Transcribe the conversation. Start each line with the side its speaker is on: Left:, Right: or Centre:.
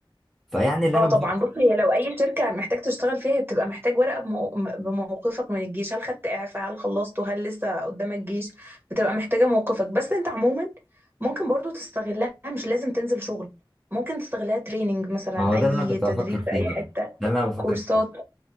Centre: فيعني اللي
Right: اه
Centre: انا
Right: طبعا
Centre: بفكر
Right: بص هي لو اي شركه محتاج تشتغل فيها هي بتبقى محتاج ورقه بمو... بموقفك من الجيش هل خدت اعفاء هل خلصته هل لسه قدامك جيش بتبقى محتاجه موقفك بس انت عموما ممكن برضو تستغلها مش لازم تنزل شغل ممكن تستغلها تريننج مثلا
Centre: ما هو ده
Right: اي
Centre: اللي انا كنت
Right: تدريب
Centre: بفكر فيه
Right: في اي
Centre: بقى
Right: حته
Centre: ده اللي انا بفكر
Right: كورسات
Centre: فيه